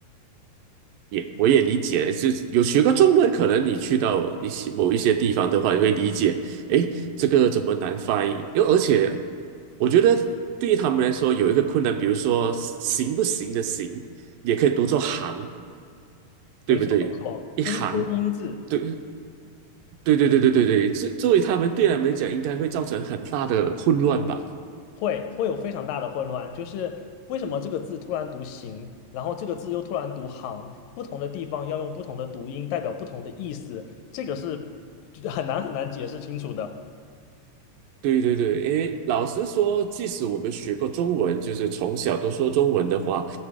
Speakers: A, on the right; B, on the left.
A: 也我也理解，就是有学过中文，可能你去到一些某一些地方的话，你会理解，诶，这个怎么难发音？因为而且我觉得对于他们来说有一个困难，比如说行不行的行，也可以读作行，对不对？
B: 没错，没错，
A: 一行，
B: 就是多音字
A: 对对对对对对对，这作为他们对他们来讲，应该会造成很大的混乱吧？
B: 会会有非常大的混乱，就是为什么这个字突然读行，然后这个字又突然读行，不同的地方要用不同的读音，代表不同的意思，这个是很难很难解释清楚的。
A: 对对对，因为老实说，即使我们学过中文，就是从小都说中文的话，